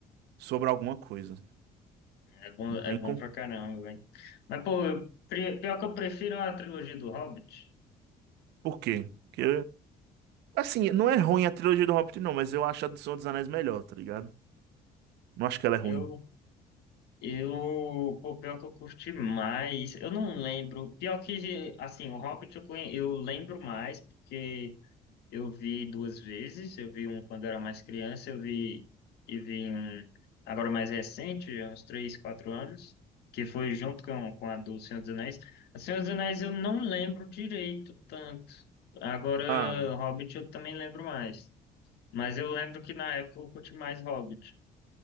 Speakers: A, on the right; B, on the left.
A: sobre alguma coisa.
B: É bom,
A: Não
B: é
A: tem
B: bom
A: como.
B: pra caramba, velho. Mas, pô, eu, pri- pior que eu prefiro a trilogia do Hobbit.
A: Por quê? Porque. Assim, não é ruim a trilogia do Hobbit, não, mas eu acho a do Senhor dos Anéis melhor, tá ligado? Não acho que ela é ruim.
B: Eu Eu, pô, pior que eu curti mais, eu não lembro. Pior que, assim, o Hobbit eu, conhe- eu lembro mais, porque eu vi duas vezes. Eu vi um quando eu era mais criança, eu vi, e vi um agora mais recente, há uns três, quatro anos, que foi junto com, com a do Senhor dos Anéis. A Senhor dos Anéis eu não lembro direito tanto. Agora,
A: Ah,
B: Hobbit eu também lembro mais. Mas eu lembro que na época eu curti mais Hobbit.